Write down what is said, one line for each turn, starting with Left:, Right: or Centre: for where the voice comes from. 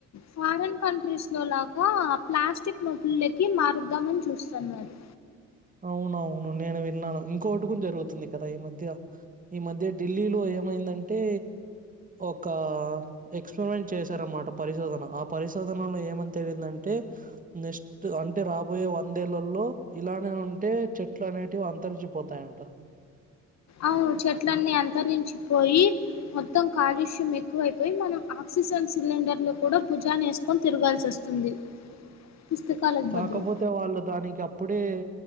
Left: ఫారిన్ కంట్రీస్ లోలగా ప్లాస్టిక్ నోట్లోకి మారుద్దామని చూస్తున్నారు
Right: అవునవును నేను విన్నాను ఇంకోకటి కూడా జరుగుతుంది కదా ఈ మధ్య ఈ మధ్య ఢిల్లీలో ఏమైందంటే ఒక ఎక్స్పెరిమెంట్ చేశారన్నమాట పరిశోధన ఆ పరిశోధనలో ఏమని తెలిందంటే నెక్స్ట్ అంటే రాబోయే వందేళ్లలో ఇలాంటి ఉంటే చెట్లు అనేటివి అంతరించిపోతాయంట
Left: అవును అ చెట్లన్నీ అంతరించిపోయి మొత్తం కాలుష్యం ఎక్కువైపోయి మనం ఆక్సి ఆక్సిజన్ సిలిండర్లు కూడా భుజాన వేసుకొని తిరగాల్సి వస్తుంది
Right: <inaudible>
Left: పుస్తకాలకు
Right: కాకపోతే
Left: బదులు
Right: వాళ్ళు దానికి అప్పుడే